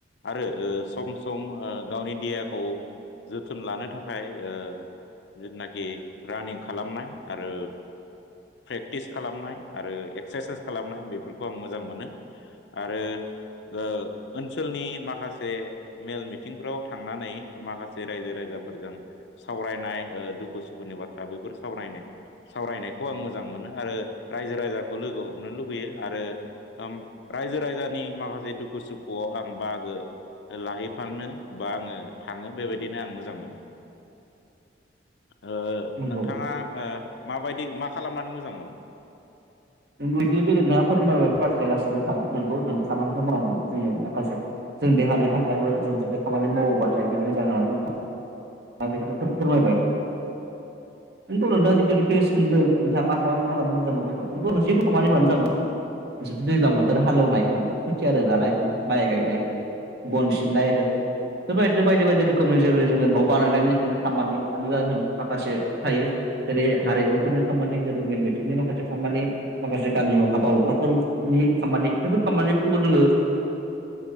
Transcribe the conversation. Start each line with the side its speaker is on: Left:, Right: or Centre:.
Left: आरो ओ सम- सम गावनि देहाखौ जोथोन लानो थाखाय, ओ जिथुनाखि रानिं खालामनाय आरो प्रेक्टिस खालामनाय आरो एक्सारसाइस खालामनाय ।बेफोरखौ आं मोजां मोनो आरो ओ ओनसोलनि माखासे मेल -मिथिंफ्राव थांनानै माखासे रायजो रायजाफोरजों सावरायनाय ओ दुखु- सुखुनि बाथ्रा आ बेफोर सावरायनाय- सावरायनायखौ आं मोजां मोनो, आरो रायजो राजाखौ लोगो हमनो लुबैयो आरो ओ ओम रायजो -राजानि माखासे दुखु- सुखुआव आं बाहागो लाहैफानो बा आङो थाङो। बेबायदिनो आं मोजां मोनो। ओ
Right: नंगौ
Left: नोंथाङा ओ माबायदि मा खालामनानै मोजां मोनो?
Right: नोंबो दि जेनेबा फोरमायबाय बेफोर बाथ्राया गाससिबो थार नोंगौ। जों खामानिखौ मावगौ जोंनि माखासे जों देहानि थाखायबो जों जुदि खामानि मावोबाथाय <unintelligible> आं बेखौनो फोर -फोरमायबाय। <unintelligible> नोंथांआ जिखिनिखो सोंदों नोंथांङा मा खामानि मावनानै मोजां मोननांगौ <unintelligible> बिदि दैज्लां बोथोर हालेवनाय होन, खोथिया रोगानाय होन, माइ गायनाय होन बन सिननाय होन बेबायदिनो बायदि -बायदि रोखोमनि जेरै जोङो न' <unintelligible> माखासे थायो ।जेरै हारिमुफोरनि खामानि जेरै मेल- मेटिंनि माखासे खामानि माखासे गामि अ हाबा- हुखाफोरनि खामानि बेफोर खामानिफोरखौ जोङो